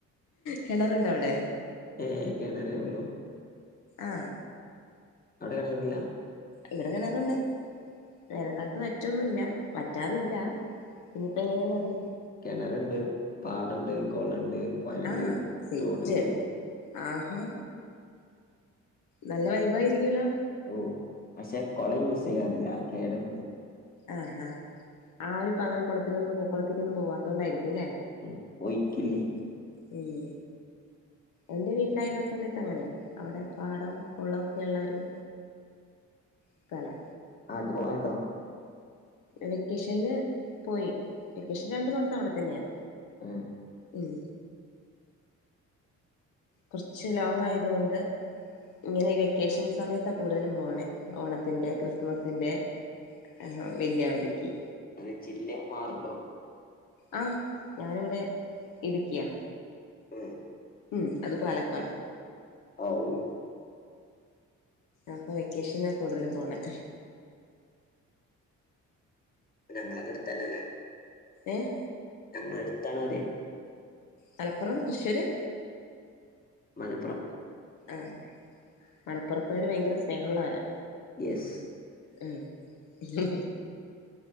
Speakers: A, on the left; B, on the left.
A: കെണറുണ്ടവടെ?
B: ഏഹ് കെണറേള്ളൂ.
A: ആഹ്.
B: അവടെ റേണറില്ല.
A: ഇവിടെ കെണറ്ണ്ട് വേനൽ ക്കാ ലത്ത് വറ്റൊന്നുല്ല വറ്റാറില്ല. ഇനിഇപ്പ ങ്ങനെന്നറിയില്ല.
B: കെണറ്ണ്ട്, പാടണ്ട്, കൊളണ്ട്, പയണ്ട്,
A: ആ സെറ്റ്
B: തോട്ണ്ട്.
A: ആഹാ. നല്ല വൈബായിരിക്കൂ ല്ലോ.
B: ഓഹ് പശേ കൊള യൂസ്യ്യാറില്ല കേടന്ന
A: ആഹ് ഹ ആരുപ്പങ്ങനെ കുളത്തിനൊന്നും പൊ കുളത്തക്കൊന്നും പോവാതോ ണ്ടാരിക്കുംല്ലേ?
B: ഉം ഒയ്ക്കില്ലേ
A: ഉം ഉം. എൻറെ വീട്ടിലായിരുന്ന സമയത്ത ങ്ങനെ അവടെ പാടം കൊളക്കെ ഇള്ളര്. സ്ഥല.
B: ആതു വോയ്‌ണ്ടോ?
A: വെക്കേഷനില് പോയി വെക്കേഷന് രണ്ടു മാസവടെ തന്നെയാ.
B: ഏഹ്.
A: ഉം. കൊറച്ച് ലോങ്ങായതുകൊണ്ട്. ഇങ്ങനെ ഈ വെക്കേഷൻ സമയത്താ കൂടുതലും പോണേ ഓണത്തിന്റെ ക്രിസ്മസിന്റെ. ആഹ് വല്യവതിക്ക്.
B: റേ ജില്യ മാറ്ണ്ടോ?
A: ആഹ് ഞാനിവ്ടെ ഇടുക്യാ.
B: ഉം
A: ഉം അത് പാലക്കാട്
B: ആഗ്
A: അപ്പൊ വെക്കേഷൻലാ കൂടുതലും പോണെ
B: ഞങ്ങളക്കെടുത്തന്നെല്ലേ
A: ഏഹ്
B: ഞങ്ങളടുത്താണന്ന് പറിയ
A: മലപ്പുറം തൃശ്ശൂര്
B: മലപ്പുറം
A: ആഹ് മലപ്പുറതാര് ഭയങ്കര സ്നേഹള്ളോരാ
B: യെസ്
A: ഉം